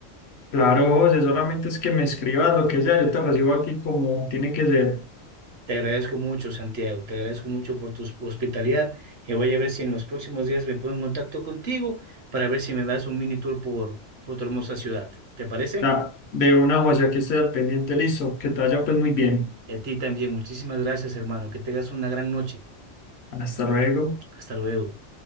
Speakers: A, on the left (about 65°); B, on the right (about 60°).
A: Claro, José, solamente es que me escribas lo que sea, yo te recibo aquí como tiene que ser.
B: Te agradezco mucho, Santiago, te agradezco mucho por tu hospitalidad y voy a ver si en los próximos días me pongo en contacto contigo para ver si me das un mini tour por, por tu hermosa ciudad. ¿Te parece?
A: Ya, de una, José, aquí estoy al pendiente, listo. Que te vaya pues muy bien.
B: Y a ti también, muchísimas gracias, hermano. Que tengas una gran noche.
A: Hasta luego.
B: Hasta luego.